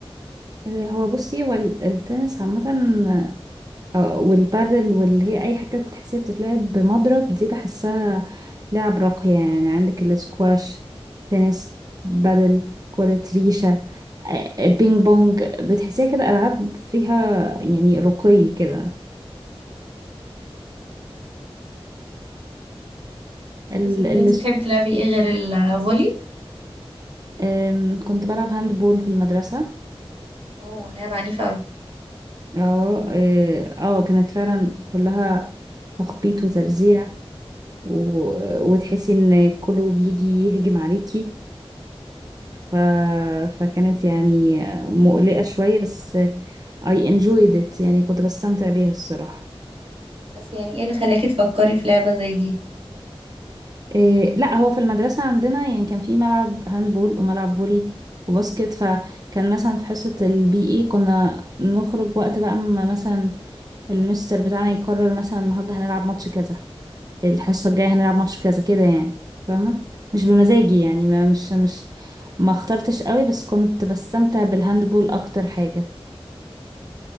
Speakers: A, on the right; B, on the right.
A: آه، هو بصي هو ال- التنس عامة آه، والبادل واللي هي اي حاجه بتحسيها بتتلعب بمضرب دي بحسها لعب راقيه يعني عندك الاسكواش تنس بادل كرة ريشة آه، بينج بونج بتحسيها كده ألعاب فيها يعني رقي كده ال...
B: بس اللي
A: ال...
B: انت بتحبي تلعبي ايه غير الفولي؟
A: آم، كنت بلعب هاند بول في المدرسة
B: اه لعبة عنيفة أوي
A: اه اه آه، كانت فعلا كلها تخبيط وترزيع و... وتحسي ان كله بيجي يهجم عليكي ف... فكانت يعني مقلقة شوية بس I enjoyed it يعني كنت بستمتع بيها الصراحة
B: بس يعني ايه اللي خلاكي تفكري في لعبة زي دي
A: إيه لا هو في المدرسة عندنا يعني كان في ملعب هاندبول وملعب فولي وباسكت فكان مثلا في حصة البي اي كنا نخرج وقت بقى ما مثلا المستر بتاعنا يقرر مثلا النهاردة هنلعب ماتش كذا الحصة الجاية هنلعب ماتش كذا كده يعني فاهمة مش بمزاجي يعني ما مش مش ما اخترتش قوي بس كنت بستمتع بالهاندبول اكتر حاجة